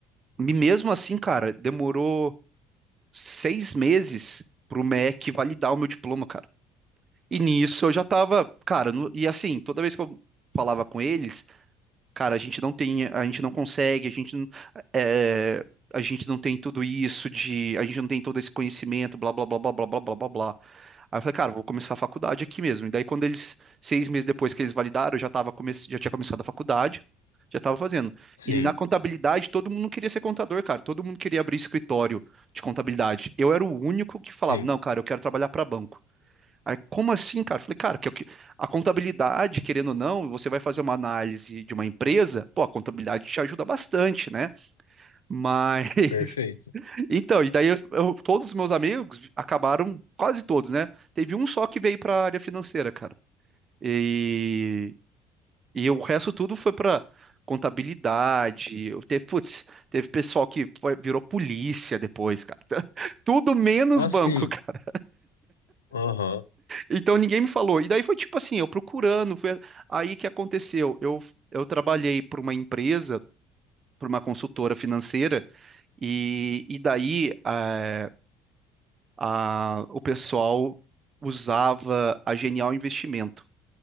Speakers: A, on the right (about 35°); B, on the left (about 80°).
A: E mesmo assim, cara, demorou seis meses pro MEC validar o meu diploma, cara. E nisso eu já tava, cara, no- e assim, toda vez que eu falava com eles, cara, a gente não tem, a gente não consegue, a gente não, é, a gente não tem tudo isso de, a gente não tem todo esse conhecimento, blá, blá, blá, blá, blá, blá, blá, blá. blá. Aí eu falei, cara, vou começar a faculdade aqui mesmo. E daí, quando eles, seis meses depois que eles validaram, eu já tava come... já tinha começado a faculdade, já tava fazendo.
B: Sim,
A: E na contabilidade, todo mundo queria ser contador, cara. Todo mundo queria abrir escritório de contabilidade. Eu era o único que falava,
B: sim.
A: não, cara, eu quero trabalhar para banco. Aí, como assim, cara? Eu falei, cara, que é o que- a contabilidade, querendo ou não, você vai fazer uma análise de uma empresa, pô, a contabilidade te ajuda bastante, né? <laughs> Mas
B: Perfeito.
A: então, e daí eu- eu- todos os meus amigos acabaram, quase todos, né? Teve um só que veio para área financeira, cara. E, e o resto tudo foi para contabilidade. Eu teve, putz, teve pessoal que foi- virou polícia depois, cara. <laughs> Tudo menos
B: Ah,
A: banco,
B: sim.
A: cara.
B: Aham.
A: Então ninguém me falou. E daí foi tipo assim, eu procurando, foi aí que aconteceu. Eu, eu trabalhei para uma empresa, para uma consultora financeira. E, e daí, eh, a- o pessoal usava a Genial Investimento